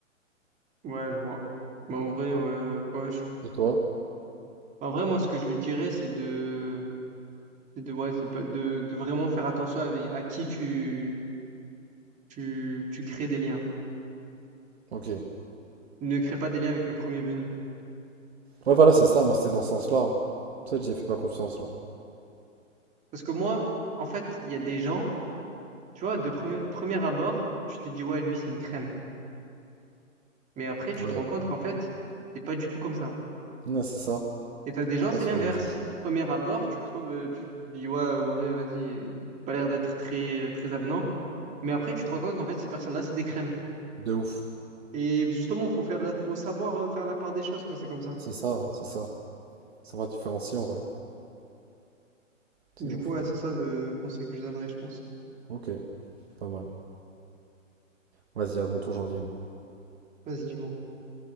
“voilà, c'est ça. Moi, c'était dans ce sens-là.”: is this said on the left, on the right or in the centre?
Right